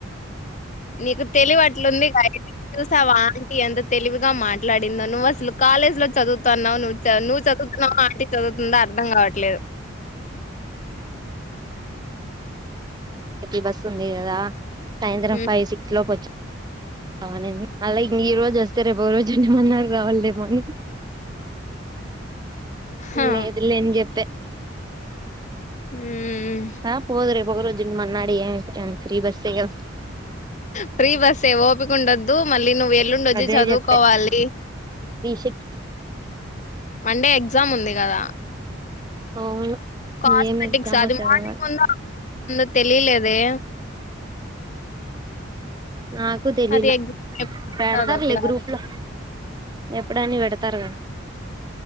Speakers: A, on the left; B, on the right.
A: నీకు తెలివి అట్లుంది మరి చూసావా ఆంటి ఎంత తెలివిగా మాట్లాడింద నువ్వసలు కాలేజ్ లో చదువు తన్నావ నువు చా నువ్వు చదువుతన్నావా అంటె చదువుతుందా అర్థం కావట్లేదు.
B: ఎపి బస్ ఉంది కదా సాయంత్రం
A: హ్మ్
B: ఫైవ్ సిక్స్ లోపు వచ్ అవునండి మళ్లా ఇంగ ఈ రోజు వస్తే రేపు రోజు ఉండి మన్నారు రావాల్లేమో అని
A: హా
B: లేదు లే ని చెప్ప
A: హ్మ్
B: రా పోదు రేప్ ఒగ రోజుండి మన్నాడె ఏం ఫ్రీ బస్ ఎ గదా
A: ఫ్రీ బస్సే ఓపికండద్దు మళ్ నువ్వు ఎల్లుండొచ్చి
B: అదే
A: చదువుకోవాలి.
B: చెప్పా రిషిక్
A: మన్ డే ఎగ్జామ్ ఉంది కదా
B: అవును
A: కాస్మెటిక్స్
B: ఏం ఎగ్జామో
A: అది
B: చదవాలి
A: మానింగ్ ఉందా ముందు తెలిలేదే
B: నాకు తెలీల
A: అది ఎగ్జామ్ ఎప్పుడు
B: పెడతారులె
A: ఉంటదో క్లారిటీ
B: గ్రూప్ లో ఎప్పుడని పెడతారు